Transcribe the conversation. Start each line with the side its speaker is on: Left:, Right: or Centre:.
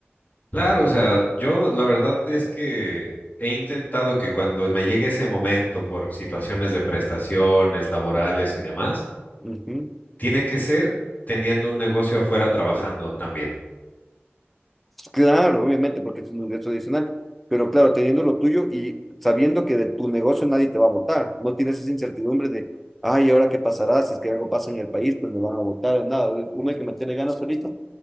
Left: Claro, o sea, yo la verdad es que he intentado que cuando me llegue ese momento por situaciones de prestaciones laborales y demás,
Centre: Ujú.
Left: tiene que ser teniendo un negocio afuera trabajando también.
Centre: Claro, obviamente, porque es un ingreso adicional, pero claro, teniendo lo tuyo y sabiendo que de tu negocio nadie te va a votar, no tienes esa incertidumbre de, ay, ¿ahora qué pasará? Si es que algo pasa en el país, pues me van a votar o nada. Uno hay que meterle ganas solito